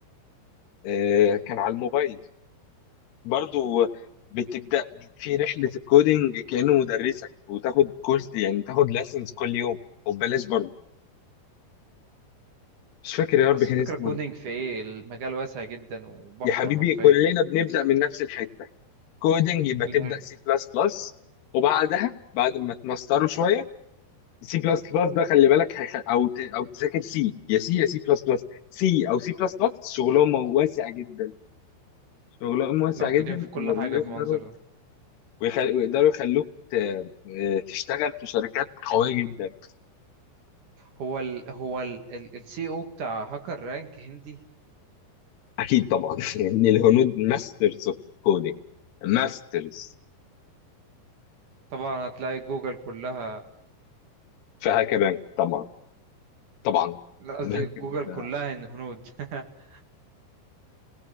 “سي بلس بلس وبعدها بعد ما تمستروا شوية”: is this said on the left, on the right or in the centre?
Left